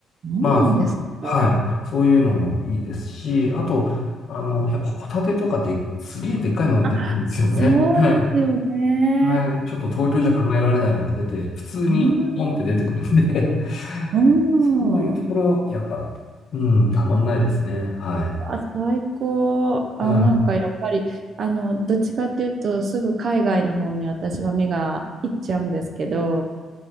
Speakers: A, on the right; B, on the left.
A: そうなんですか。
B: まあ、そはい。そういうのもいいですし、あと、あの、やっぱホタテとかで、すげえでっかいの出てるんですよね。
A: あそうですよね。
B: はい。はい。ちょっと東京じゃ考えられないもの出て、
A: うん
B: 普通にポンって出てくるんで
A: うん、
B: <laughs>
A: うん
B: そういうところ、やっぱ、うん、たまんないですね。はい。
A: あ、最高。あ、
B: はい。
A: なんかやっぱり、あの、どっちかっていうと、すぐ海外の方に私は目がいっちゃうんですけど、